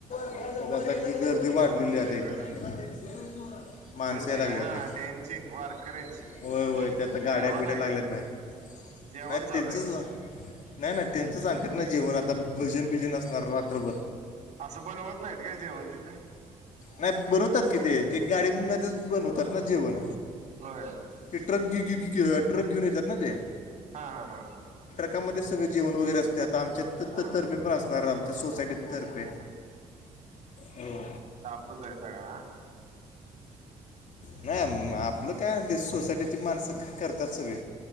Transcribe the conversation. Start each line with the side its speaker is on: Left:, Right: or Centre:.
Left: आता
Right: असं
Left: की गर्दी वाढलेली
Right: त्यामुळे ती
Left: आहेता
Right: लय
Left: इथं
Right: वेळ लागते.
Left: माणसा
Right: गर्दी
Left: लागल्याता
Right: काय हा
Left: एक
Right: त्यांची वारकऱ्यांची
Left: होय होय त्या आता गाड्या
Right: जेवण
Left: बिड्या
Right: आहे
Left: लागल्यात
Right: काय
Left: भहेर
Right: जेवण
Left: नाही
Right: चालू
Left: त्यांचच
Right: आहे काय
Left: नाही नाही त्यांच सांगतत ना जेवण आता भजन बीजन असणार रात्रभर
Right: असं बनवत नाहीत काय जेवण तिथं
Left: नाही बनवतात कि ते ते गाडी तेच बनवतात ना जेवण
Right: होय
Left: ते ट्रक ट्रक घेऊन येतात ना ते
Right: हा हा हा
Left: पकामध्ये सगळं जेवण वगैरे असते आता आमच्या
Right: हा
Left: तर्फे पण असणार आमच्या सोसायटीतर्फे हो
Right: पूजायच हाय हा..
Left: नाही आपलं काय ते सोसायटी... मानस करतात सगळे...